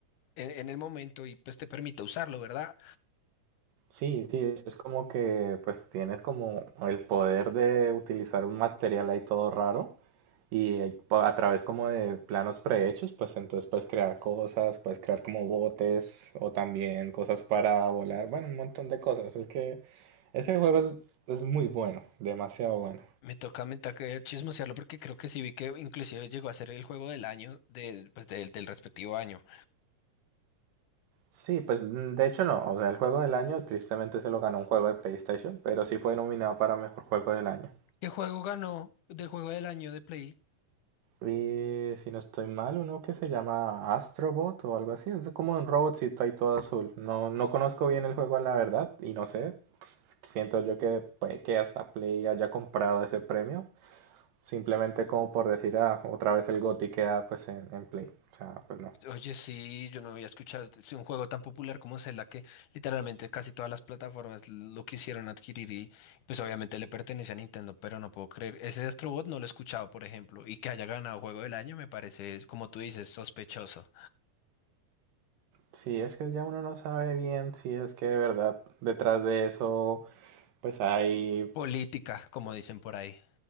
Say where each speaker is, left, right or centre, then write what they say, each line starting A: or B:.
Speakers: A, on the left; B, on the right.
A: en, en el momento y pues te permite usarlo, ¿verdad?
B: Sí, sí, es como que pues tienes como el poder de utilizar un material ahí todo raro y ahí pa- a través como de planos prehechos, pues entonces puedes crear cosas, puedes crear como botes o también cosas para volar, bueno, un montón de cosas. Es que ese juego es, es muy bueno, demasiado bueno.
A: Me toca, me toca chismosearlo porque creo que sí vi que inclusive llegó a ser el juego del año de, pues, del, del respectivo año.
B: Sí, pues mm, de hecho no, o sea, el juego del año tristemente se lo ganó un juego de PlayStation, pero sí fue nominado para mejor juego del año.
A: ¿Qué juego ganó del juego del año de Play?
B: Y si no estoy mal, uno que se llama Astrobot o algo así. Es como un robotcito ahí todo azul. No, no conozco bien el juego, la verdad, y no sé. Pues, siento yo que puede que hasta Play haya comprado ese premio. Simplemente como por decir, ah, otra vez el GOTY queda pues en, en Play. O sea, pues no.
A: Oye, sí, yo no había escuchado es un juego tan popular como Zelda que literalmente casi todas las plataformas lo quisieron adquirir y pues obviamente le pertenece a Nintendo, pero no puedo creer. Ese Astro Bot no lo he escuchado, por ejemplo, y que haya ganado juego del año me parece, como tú dices, sospechoso.
B: Sí, es que ya uno no sabe bien si es que de verdad detrás de eso pues hay
A: Política, como dicen por ahí.